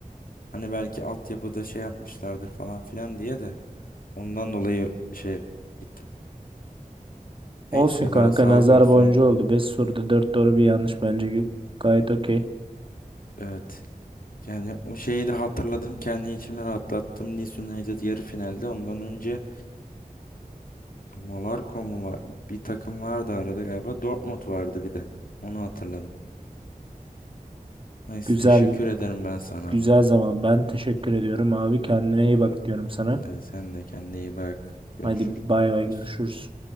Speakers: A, on the left; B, on the right.
A: Hani belki altyapıda şey yapmışlardır falan filan diye de ondan dolayı şey gittim.
B: Olsun
A: Neyse
B: kanka
A: valla sağlık
B: nazar
A: olsun.
B: boncuğu oldu. Beş soruda 4 doğru bir yanlış bence gü- gayet okey.
A: Evet. Yani o şeyi de hatırladım. Kendi içime rahatlattım. Nice United yarı finalde. Ondan önce Monaco mu var? Bir takım vardı arada galiba. Dortmund vardı bir de. Onu hatırladım. Neyse
B: Güzel
A: teşekkür ederim ben sana.
B: güzel zaman. Ben teşekkür ediyorum abi. Kendine iyi bak diyorum sana.
A: Hadi sen de kendine iyi bak. Görüşürüz.
B: Hadi bay bay görüşürüz.